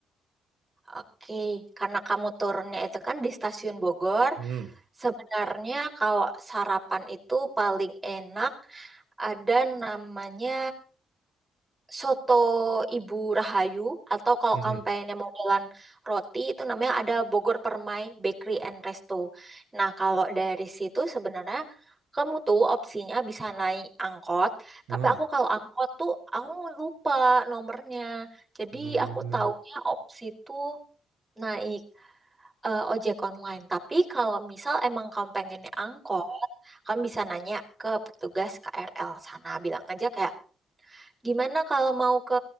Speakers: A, on the right (about 15°); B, on the right (about 85°).
A: Oke, karena kamu turunnya itu kan di stasiun Bogor,
B: Hmm,
A: Sebenarnya kalau sarapan itu paling enak ada namanya soto Ibu Rahayu atau kalau
B: hmm,
A: kamu pengennya modelan roti itu namanya ada Bogor Permai Bakery and Resto. Nah, kalau dari situ sebenarnya kamu tuh opsinya bisa naik angkot,
B: hmm.
A: tapi aku kalau angkot tuh aku lupa nomornya. Jadi
B: Hmm,
A: aku
B: hmm,
A: taunya opsi tuh naik eh, ojek online. Tapi kalau misal emang kamu pengennya angkot, kamu bisa nanya ke petugas KRL sana. Bilang aja kayak, gimana kalau mau ke